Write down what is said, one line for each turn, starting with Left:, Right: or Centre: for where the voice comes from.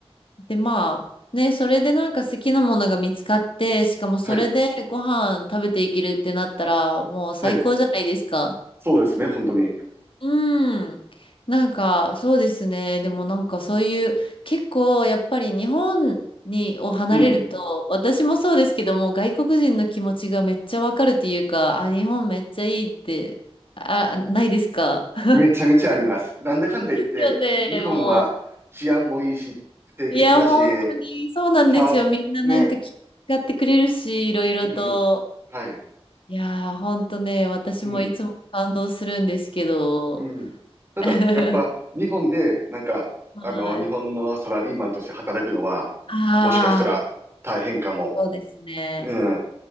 Left: で、まあね、それでなんか好きなものが見つかって、しかもそれでご飯食べていけるってなったらもう最高じゃないですか。
Right: はい。はい。そうですね、本当に。
Left: うん。なんか、そうですね。でもなんかそういう、結構やっぱり日本に、を離れると、
Right: うん。
Left: 私もそうですけども、外国人の気持ちがめっちゃわかるっていうか、あ、日本めっちゃいいって、あ、ないですか <laughs>
Right: めちゃめちゃあります。なんだかんだ言って、
Left: ですよね、
Right: 日本は治安もいいし、
Left: もう。
Right: 清潔だし、
Left: いや、本当にそうなんですよ。
Right: さ、
Left: みんななんか気遣ってくれるし、
Right: ね。
Left: いろいろと。
Right: うん。はい。
Left: いやー、本当ね、私もいつも感動するんですけど。
Right: うん。うん。ただ、
Left: <laughs>
Right: やっぱ、日本で、なんか、
Left: はい。
Right: あの、日本のサラリーマンとして働くのは、
Left: ああ、
Right: もしかしたら大変かも。
Left: そうですね。
Right: うん。